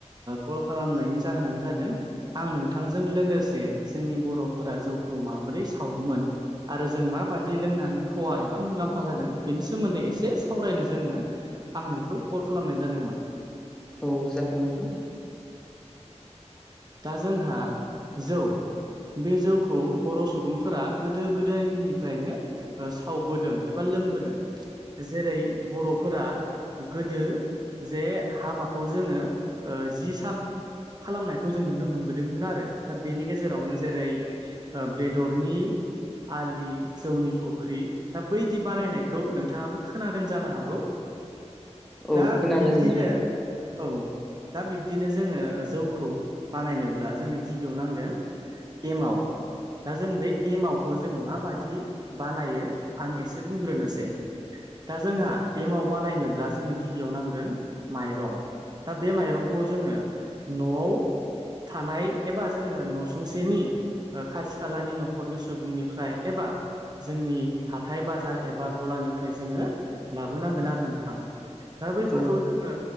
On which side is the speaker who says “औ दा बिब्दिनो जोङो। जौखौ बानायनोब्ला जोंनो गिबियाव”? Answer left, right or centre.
Right